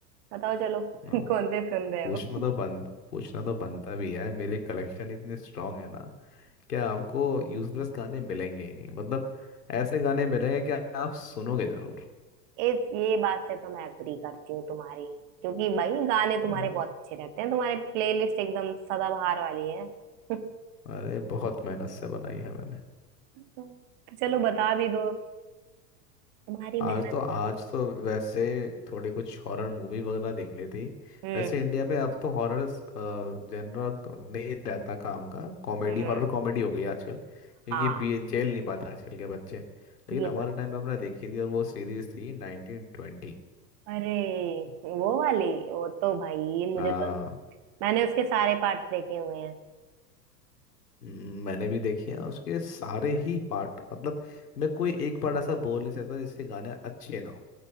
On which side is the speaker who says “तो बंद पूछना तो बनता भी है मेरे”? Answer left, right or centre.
Left